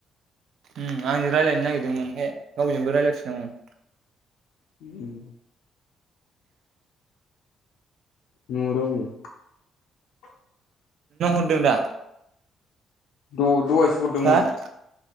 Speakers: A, on the right (about 60°); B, on the left (about 80°).
A: ओम आंजों रायलायनो नागिरदोंमोन फाय गावजोंबो रायलायफिननांगौनो ओम
B: उम नुवा रावबो। <unintelligible>
A: नोंनाव हरदों दा
B: द दहायसो हरदोंमोन।
A: हो